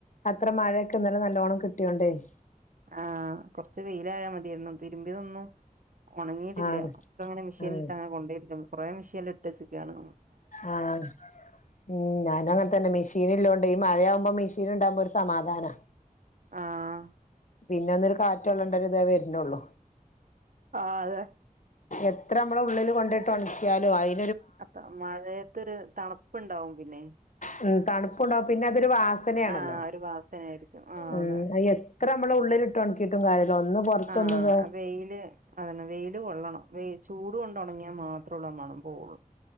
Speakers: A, on the left (about 55°); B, on the right (about 65°).
A: അത്ര മഴയൊക്കെ ഇന്നലെ നല്ലോണം കിട്ടിയോണ്ടേയ്
B: ആഹ് കൊറ്ച്ച് വെയിലായാ മതിയായിരുന്നു തിരുമ്പിയതൊന്നും ഒണങ്ങിയിട്ടില്ല
A: ആഹ്
B: ഒക്കെ അങ്ങനെ മെഷീനിലിട്ട്
A: ആഹ്
B: അങ്ങനെ കൊണ്ടേട്ടിടോള്ളൂ കോറേ മിഷ്യൽ ഇട്ടച്ച് ക്കാണ്
A: ആഹ് മ്മ് ഞാനും അങ്ങനതന്നെ മെഷീൻ ഇല്ലോണ്ട് ഈ മഴയാവുമ്പോ മെഷീൻ ഉണ്ടാക്ബോ ഒരു സമാധാനാ
B: ആഹ്
A: പിന്നെ ഒന്നൊരു കാറ്റ് കോള്ളേണ്ട ഒരു ഇതേ വരുന്നോള്ളൂ
B: ആഹ് അതെ
A: എത്ര മ്മൾ ഉള്ളില് കൊണ്ടയിട്ട് ഒണക്കിയാലും അയി
B: അതാ മഴയത്തോര് തണുപ്പ് ണ്ടാവും പിന്നെ
A: മ്മ് തണുപ്പുണ്ടാവും പിന്നെ അതൊരു വാസനയാണല്ലോ
B: ആഹ് ഒരു വാസനായിരിക്കും ആഹ്
A: മ്മ്
B: അതെ
A: അത്എ ത്ര മ്മൾ ഉള്ളില് ഇ ട്ട് ഒണക്കിട്ടും കാര്യല്ല ഒന്ന് പൊറത്തൊന്ന്
B: ആഹ്
A: തായി
B: വെയില് അതന്നെ വെയില് കൊള്ളണം വെയി ചൂട് കൊണ്ട് ഒണങ്ങിയാ മാത്രള്ളു ആഹ് മണം പോവ